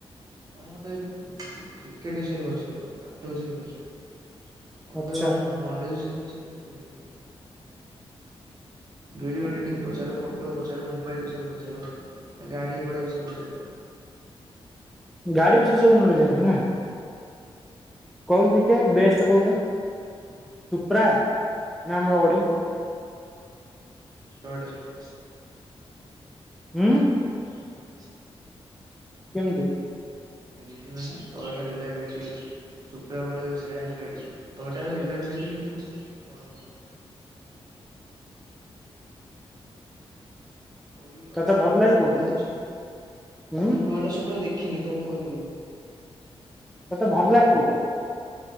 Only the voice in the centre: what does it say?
ଆଚ୍ଛା
<unintelligible>
ଗାଡି
ବିଷୟରେ ସବୁ ନଲେଜ ଜାଣିଚୁ ନା କହିଲୁ ଦେଖିବା ବେଷ୍ଟ କୋଉଟା?
ସୁପ୍ରା ନା ଆମର ଅଡ଼ି?
ଉଁ?
କେମିତି?
ତତେ
ଭଲ ଲାଗେ
କୋଉଟା
ହୁଁ
ତତେ ଭଲ ଲାଗେ କୋଉଟା?